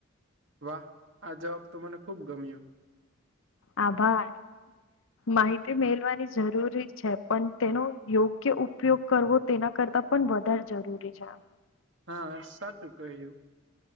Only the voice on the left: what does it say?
આભાર. માહિતી મેલવાની જરૂરી છે પણ તેનો યોગ્ય ઉપયોગ કરવો. તેના કરતાં પણ વધારે જરૂરી છે.